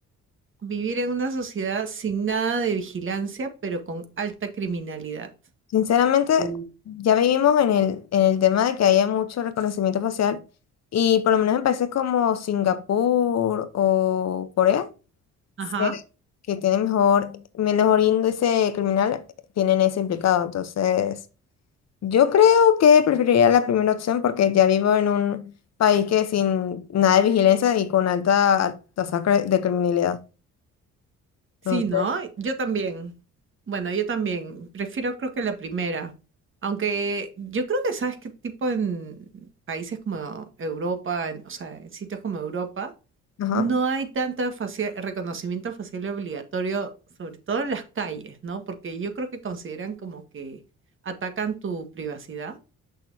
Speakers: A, on the right (about 40°); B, on the left (about 60°).
A: vivir en una sociedad sin nada de vigilancia, pero con alta criminalidad?
B: Sinceramente,
A: Uh,
B: ya vivimos en el, en el tema de que haya mucho reconocimiento facial y por lo menos en países como Singapur o Corea,
A: Ajá.
B: se- que tienen mejor, menor índice criminal, tienen ese implicado. Entonces, yo creo que preferiría la primera opción porque ya vivo en un país que sin nada de vigilancia y con alta tasa cre- de criminalidad.
A: Sí,
B: Entonces,
A: ¿no? Yo también. Bueno, yo también. Prefiero creo que la primera. Aunque yo creo que sabes qué tipo en países como Europa, en- o sea, en sitios como Europa,
B: ajá.
A: no hay tanto facial- reconocimiento facial obligatorio, sobre todo en las calles, ¿no? Porque yo creo que consideran como que atacan tu privacidad.